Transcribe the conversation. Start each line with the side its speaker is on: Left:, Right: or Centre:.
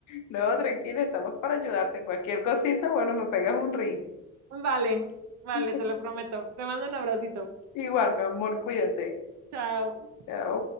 Left: No, tranquila, estamos para ayudarte. en Cualquier cosita, bueno, me pegas un ring.
Right: Vale, vale,
Left: <laughs>
Right: te lo prometo. Te mando un abracito.
Left: Igual, mi amor, cuídate.
Right: Chao.
Left: Chao.